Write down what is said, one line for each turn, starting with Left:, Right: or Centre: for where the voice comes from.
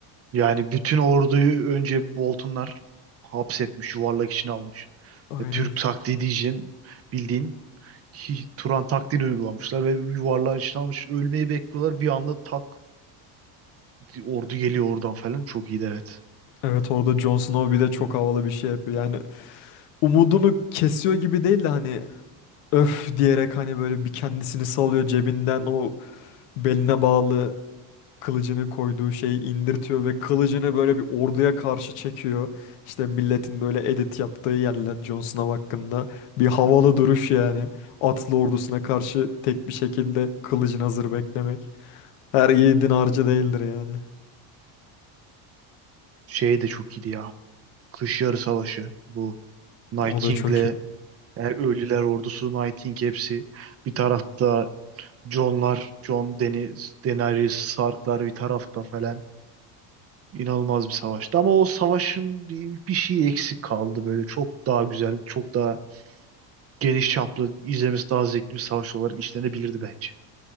Right: Yani bütün orduyu önce Boltonlar hapsetmiş, yuvarlak içine almış.
Left: Aynen.
Right: E, Türk taktiği diyeceğin bildiğin hi- Turan taktiğini uygulamışlar ve yuvarlağın içine almış. Ölmeyi bekliyorlar. Bir anda tak ordu geliyor oradan falan. Çok iyiydi evet.
Left: Evet orada Jon Snow bir de çok
Right: Hı.
Left: havalı bir şey yapıyor. Yani umudunu kesiyor gibi değil de hani öf diyerek hani böyle bir kendisini salıyor cebinden o beline bağlı kılıcını koyduğu şeyi indirtiyor ve kılıcını böyle bir orduya karşı çekiyor. İşte milletin böyle edit yaptığı yerler Jon Snow hakkında bir havalı duruş yani. Atlı ordusuna karşı tek bir şekilde kılıcın hazır beklemek. Her yiğidin harcı değildir yani.
Right: Şey de çok iyiydi ya. Kış Yarı Savaşı. Bu Night
Left: O
Right: King'le
Left: da çok iyi.
Right: yani Ölüler Ordusu, Night King hepsi. Bir tarafta Jon'lar, Jon Deniz, Daenerys, Stark'lar bir tarafta falan. İnanılmaz bir savaştı. Ama o savaşın bir, bir şeyi eksik kaldı böyle. Çok daha güzel, çok daha geniş çaplı, izlemesi daha zevkli bir savaş olarak işlenebilirdi bence.